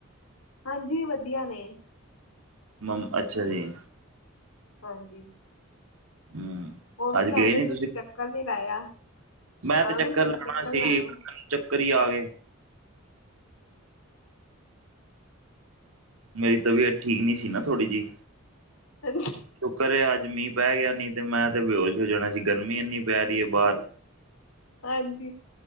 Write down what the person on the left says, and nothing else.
ਹਾਂਜੀ ਵਧੀਆ ਨੇ।
ਹਾਂਜੀ।
ਉਹ ਵੀ
ਕਹਿੰਦੇ,
ਤੁਸੀਂ ਚੱਕਰ ਨੀ ਲਾਇਆ।
ਆਣਾ
ਤੁਸੀਂ
ਲਾਣਾ
ਹ <unintelligible>
ਹਾਂਜੀ।